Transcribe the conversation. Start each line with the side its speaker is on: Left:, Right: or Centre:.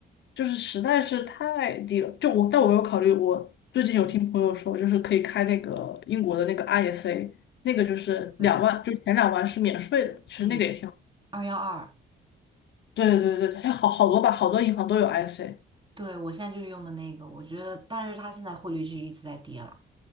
Left: 就是实在是太低了，就我但我有考虑，我最近有听朋友说，就是可以开那个英国的那个 ISA，那个就是两万，
Right: 对，
Left: 就前两万是免税的，其实那个也挺好，
Right: 嗯，二幺二，
Left: 对对对对，好好多吧，好多银行都有 ISA，
Right: 对我现在就是用的那个，我觉得，但是它现在汇率就一直在跌了。